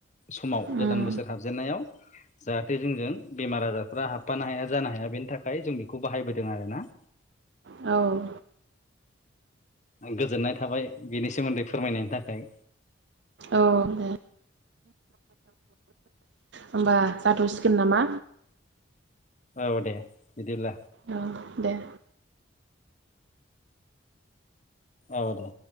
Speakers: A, on the left; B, on the right.
A: समाव
B: उम
A: गोदान बोसोर हाबजेननायाव जाहाथे जोंजों बेमार आजारफ्रा हाबफानो हाया जानो हाया बेनि थाखाय जों बेखौ बाहायबोदों आर ना
B: औ
A: गोजोननाय थाबाय बेनि सोमोन्दै फोरमायनायनि थाखाय
B: औ दे होमबा जाथ'सिगोन नामा
A: औ दे बिदिब्ला
B: औ दे
A: औ दे